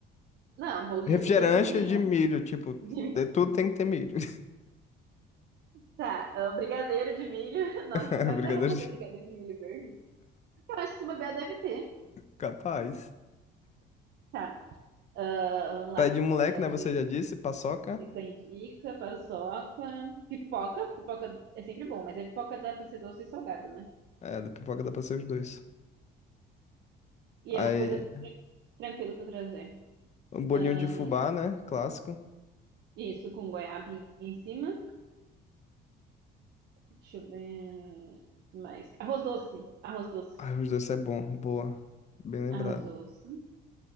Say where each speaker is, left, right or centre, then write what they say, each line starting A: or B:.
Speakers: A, on the right; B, on the left.
A: Não, bolo de
B: Refrigerante
A: milho é esse aí,
B: de
A: né?
B: milho, tipo,
A: De-
B: tem- tudo tem que ter milho.
A: Tá, ah, brigadeiro de milho. <laughs> Nossa,
B: <laughs>
A: será que
B: Brigadeiro
A: dá pra fazer
B: de...
A: brigadeiro de milho verde? Eu acho que se bobear deve ter.
B: Capaz.
A: Tá, ah, vamos lá.
B: Pé de moleque,
A: Ah,
B: né? Você
A: can-
B: já disse, paçoca.
A: Canjica, paçoca, pipoca. Pipoca é sempre bom, mas a pipoca dá pra ser doce e salgada, né?
B: É, da pipoca dá pra ser os dois.
A: E
B: Aí,
A: é uma coisa tran- tranquila pra trazer.
B: um bolinho
A: Ah,
B: de fubá, né? Clássico.
A: Isso, com goiabinha em cima. Deixa eu ver mais. Arroz doce. Arroz doce.
B: Ai, os dois é bom, boa. Bem lembrado.
A: Arroz doce.